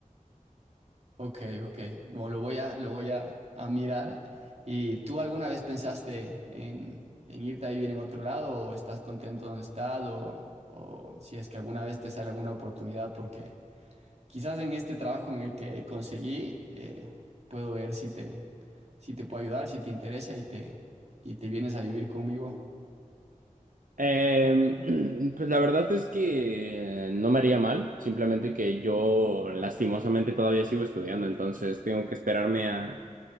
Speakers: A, on the right; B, on the right.
A: Ok, ok, bueno, lo voy a, lo voy a, a mirar. ¿Y tú alguna vez pensaste en, en irte a vivir en otro lado o estás contento donde estás o, o si es que alguna vez te sale alguna oportunidad porque... Quizás en este trabajo en el que conseguí, eh, puedo ver si te, si te puedo ayudar, si te interesa y te, y te vienes a vivir conmigo.
B: Em, <clears throat> pues la verdad es que no me haría mal, simplemente que yo lastimosamente todavía sigo estudiando, entonces tengo que esperarme a